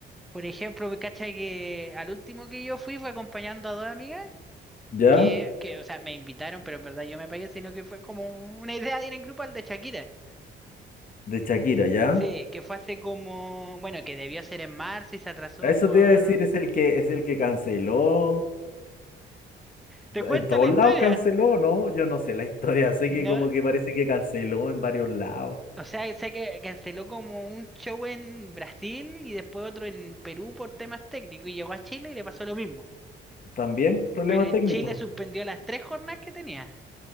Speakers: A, in the centre; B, on the left.
A: Por ejemplo, me cacha que al último que yo fui fue acompañando a dos amigas
B: ¿Ya?
A: que, que, o sea, me invitaron, pero en verdad yo me pagué, sino que fue como una idea de ir en grupo al de Shakira.
B: De Shakira, ¿ya?
A: Sí, que fue hace como, bueno, que debió ser en marzo y se atrasó
B: Eso
A: por...
B: te iba a decir, es el que, es el que canceló.
A: ¿Te cuento
B: En todos
A: la historia?
B: lados canceló, ¿no? Yo no sé la historia, sé
A: No,
B: que como que parece que canceló en varios lados.
A: o sea, sé que canceló como un show en Brasil y después otro en Perú por temas técnicos y llegó a Chile y le pasó lo mismo.
B: ¿También problemas
A: Pero en
B: técnicos?
A: Chile suspendió las tres jornadas que tenía,